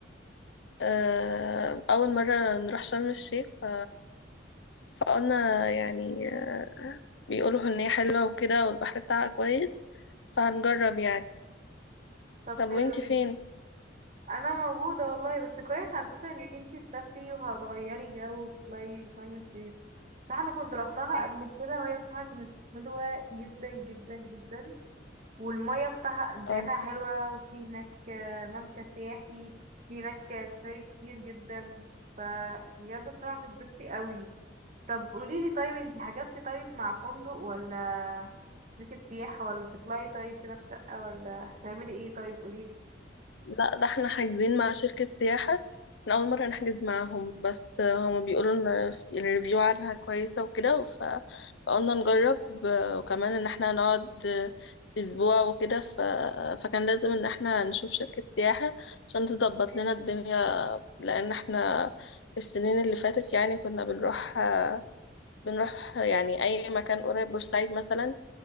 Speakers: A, on the left; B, on the right.
A: آه اول مرة نروح شرم الشيخ ف... فقلنا يعني آه بيقولوا ان هي حلوة وكده والبحر بتاعها كويس فهنجرب يعني
B: طب
A: طب
B: حلو
A: وانتي فين
B: جدا انا موجودة والله بس كويس على فكرة انك انتي تسافري وهتغيري جو وتطلعي شرم الشيخ ده انا كنت روحتها قبل كده وهي بصراحة كانت حلوة جدا جدا جدا والمية بتاعها بتاعتها
A: اه
B: حلوة وفي هناك آه، ممشى سياحي في هناك آه، سفاري كتير جدا ف بجد بصراحة هتتبسطي قوي طب قوليلي طيب انتي حجزتي طيب مع فندق ولا شركة سياحة ولا تطلعي طيب كده في شقة ولا هتعملي ايه طيب قوليلي
A: لا ده احنا حاجزين مع شركة سياحة احنا أول مرة نحجز معاهم بس هما بيقولوا إن الريفيو عنها كويسة وكده ف... فقلنا نجرب وكمان إن احنا هنقعد أسبوع وكده ف... فكان لازم إن احنا نشوف شركة سياحة عشان تظبط لنا الدنيا لأن احنا السنين اللي فاتت يعني كنا بنروح بنروح يعني أي مكان قريب بورسعيد مثلا